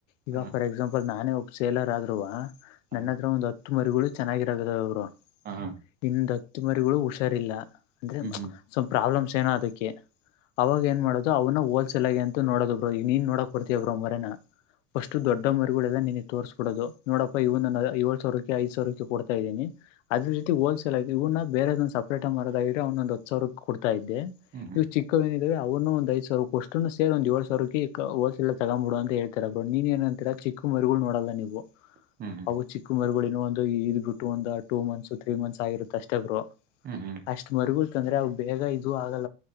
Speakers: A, on the left (about 75°); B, on the right (about 25°).
A: ಈಗ
B: ಹ
A: ಫಾರ್ ಎಕ್ಸಾಂಪಲ್ ನಾನೇ ಸೇಲರ್ ಆದ್ರೂ ನನ್ನತ್ರ
B: ಹ
A: ಒಂದು ಹತ್ತು ಮರಿಗಳು ಚೆನ್ನಾಗಿದ್ದು ಅವ್ರು ಬ್ರೋ
B: ಹ
A: ಇಂದು ಹತ್ತು ಮರಿಗಳು ಹುಷಾರಿಲ್ಲ ಅಂದ್ರೆ
B: ಹ್ಮ್ ಹ್ಮ್
A: ಸ್ವಲ್ಪ ಪ್ರಾಬ್ಲಮ್ ಅದಕ್ಕೆ ಅವಾಗ ಏನ್ ಮಾಡೋದು ಅವ್ನ್ ಹೋಲ್ಸೆಲ್ ಆಗ ಅಂತ ನೋಡೋ ಬ್ರೋ ನೀನ್ ನೋಡ ತಿರ ಮರೇನ ಅ ಫಸ್ಟ್ ದೊಡ್ಡ ಮರಿಗಳದ ನೀ ತೋರಿಸ್ಬಿಡುದು ನೋಡಪ್ಪಾ ಇವನ್ ಏಳ ಸಾವಿಕ್ಕೆ ಐ ಸಾವಿರ ರಕ್ಕೆ ಕೊಡ್ತ ಇದೀನಿದ ರೀ ಹೋಲಲ್ಗ ಇವನ ಬೇರೆದ ಸಪೇಟ್ರದ ಇದೊಂದು ಒತ್ ಸಾವಿರ ಕೊಡ್ತಾ ಇದ್ದೆ
B: ಹ್ಮ್ ಹ್ಮ್
A: ಇವು ಚಿಕ್ಕವೇನ ಇದಾವೆ ಅವನು ಐದು ಸಾವಿರೂ ಅಷ್ಟು ಸೇರ್ ಒಂದ ಏಳ್ ಸಾವಿರ ಹೋಲ್ಸೇಲ್ ತಗ್ಬಡುದು ಅಂತೇಳ್ತರು ನೀನ್ ಏಂತರ ಚಿಕ್ಕ ಮರಿಗಳು ಮಾಡೋಡಲ್ <unintelligible>
B: ಹ್ಮ್ ಹ್ಮ್ ಹ್ಮ್
A: ಅವು ಚಿಕ್ಕ ಮರಿಗಳನ ಒಂದು ಇದ್ ಬಿಟ್ಟು ಒಂದು ಟೂ ಮಂತ್ಸ್ ತ್ರೀ ಮಂತ್ಸ್ ಆಗಿರುತ್ತೆ ಅಷ್ಟೇ ಬ್ರು
B: ಹ್ಮ್ ಹ್ಮ್
A: ಅಷ್ಟ್ ಮರಿಗಳತಂದ್ರೆ ಅವ ಬೇಗ ಇದು ಆ